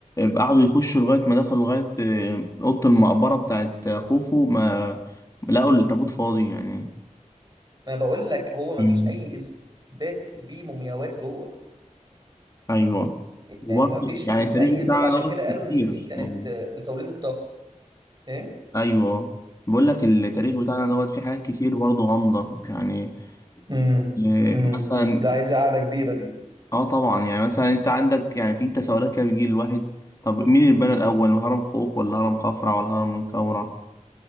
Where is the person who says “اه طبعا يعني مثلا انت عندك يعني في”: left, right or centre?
Left